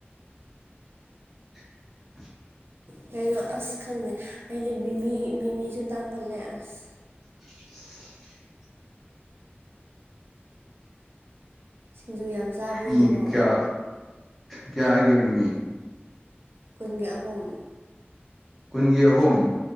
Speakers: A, in the centre; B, on the right (about 65°).
A: <inaudible>
B: ꯀꯩꯅꯣ ꯑꯁ ꯈꯪꯗꯦ ꯑꯩꯗꯤ ꯃꯤꯃꯤ ꯃꯤꯃꯤꯁꯨ ꯇꯥꯡꯈꯠꯂꯦ ꯑꯁ
A: <unintelligible>
B: ꯁꯤꯡꯖꯨ ꯌꯥꯝ ꯆꯥꯕꯅꯤꯅꯀꯣ
A: ꯃꯤꯃꯤ ꯀꯌꯥ ꯀꯌꯥ ꯂꯩꯒꯦ ꯃꯤꯃꯤ
B: ꯀꯡꯒꯤꯦꯠ ꯑꯍꯨꯝꯨꯝ
A: ꯀꯨꯟꯒꯤ ꯑꯍꯨꯝ